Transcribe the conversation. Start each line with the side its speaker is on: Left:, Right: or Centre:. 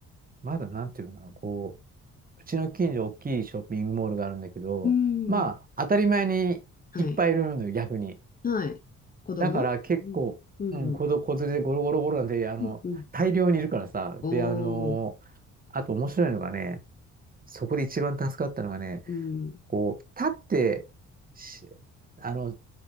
Right: まだなんていうのかな、こう、うちの近所大きいショッピングモールがあるんだけど、
Left: うん。
Right: まあ、当たり前にいっぱいいるのよ、
Left: はい。
Right: 逆に。
Left: はい。子供うん。
Right: だから結構、
Left: うん。
Right: うん、
Left: うん。
Right: 子ど子連れでゴロゴロゴロなんて、あの、
Left: うんうん。
Right: 大量にいるからさ、
Left: お
Right: で、あの、
Left: お。
Right: あと面白いのがね、そこで一番助かったのがね、
Left: うん。
Right: こう、立ってし、あの、